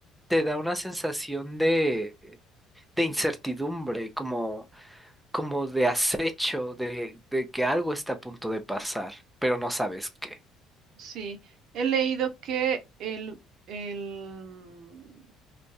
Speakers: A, in the centre; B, on the right.
A: te da una sensación de, de incertidumbre, como, como de acecho, de, de que algo está a punto de pasar, pero no sabes qué.
B: Sí, he leído que el, el mm,